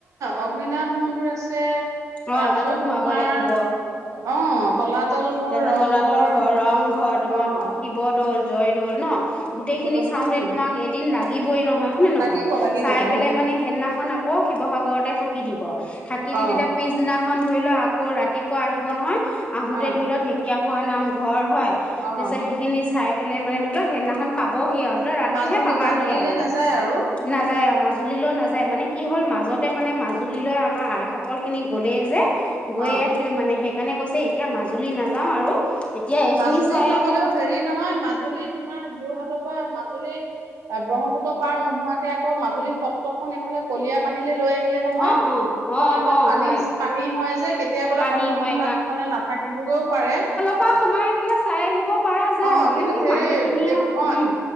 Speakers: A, on the right; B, on the left.
A: অগ্নিনাথ মন্দিৰ আছে
B: অ
A: তাৰপিছত
B: তাতো সোমাব
A: তোমাৰ
B: লাগিব
A: অ' তলাতল ঘৰ
B: তাৰপিছত
A: ৰংঘৰ
B: তলাতল ঘৰ, ৰংঘৰ, তোমাৰ
A: অ'
B: শিৱদৌল জয়দৌল ন,
A: শিৱদৌল
B: গোটেইখিনি চাওঁতে
A: উম
B: তোমাক কেইদিন লাগিবই নহয় হয়নে নহয়?
A: লাগিব লাগিব
B: চাই
A: উম
B: পেলাই মানে সেইদিনাখন আকৌ শিৱসাগৰত তে থাকি দিব। থাকি দি
A: অ
B: তেতিয়া পিছদিনাখন ধৰি লোৱা আকৌ ৰাতিপুৱা আহিব নহয় আহোঁতে
A: অ
B: ধৰি ল ঢেকীয়া খোৱা নাম ঘৰ হয়,
A: অ
B: তাৰপিছত সেইখিনি চাই পেলেই মানে ধৰি ল সেইদিনাখন পাবহি আৰু ধৰি ল ৰাতিহে
A: মাজুলী
B: পাবাহি
A: মাজুলীলে
B: আৰু।
A: নাযায় আৰু
B: নাযায় আমাৰ মাজুলীলৈ নাযায় মানে কি হ'ল মাজত তে মানে মাজুলীলৈ আমাৰ আইসকল খিনি গ'লেই যে গৈ
A: অ
B: আহিল মানে সেই সেইকাৰণে কৈছে এতিয়া মাজুলী নাযাও আৰু এতিয়া এইখিনি
A: মাজুলীত
B: চাই
A: নগলেও
B: আহো
A: হেৰি নহয়, মাজুলী তোমাৰ যোৰহাটৰ পৰা মাজুলী <unintelligible> ত পাৰ নোহোৱাকে আকৌ মাজুলী সত্ৰখন এইফালে কলিয়া পানী লৈ আহিলে নহয়।
B: অঁ অঁ
A: তাৰমানে তাত
B: অঁ অঁ
A: পানী
B: হয়
A: পানী হয় যে কেতিয়াবা
B: পানী
A: সত্ৰখন
B: হয়
A: তাত মানে নাথাকিবগৈও পাৰে।
B: অ', সোমাই পেলাই চাই আহিব। পৰা যায়
A: অ
B: মানে
A: কিন্তু
B: কি
A: সেই
B: মানুহখিনিয়ে
A: এ অ
B: উম